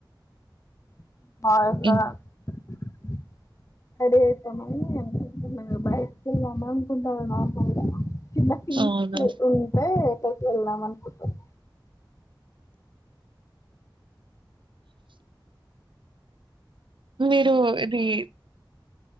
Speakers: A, on the left; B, on the right.
A: <unintelligible>
B: ఇన్
A: రెడీ అయితమని బయటిక్ వెళ్దాం అనుకుంటన్న నార్మల్గ చిన్న ఫీస్ట్
B: అవునా
A: ఉంటే <unintelligible>
B: మీరు ఇది